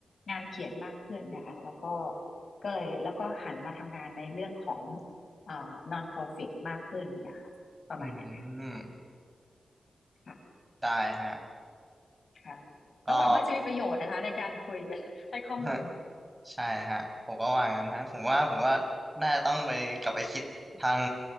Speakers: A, on the left; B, on the right.
A: งานเขียนมากขึ้นไงค่ะแล้วก็ก็เลยแล้วก็หันมาทำงานในเรื่องของเอ่อ non-profit มากขึ้นเนี่ยค่ะประมาณอย่างนั้น
B: อืม
A: ค่ะ
B: ได้ฮะ
A: ค่ะ
B: ก็
A: ก็หวังว่าจะมีประโยชน์นะคะในการคุยกันให้ข้อมูล
B: <laughs> ใช่ฮะผมก็ว่างั้นฮะผมว่าผมว่าน่าจะต้องไปกลับไปคิดทาง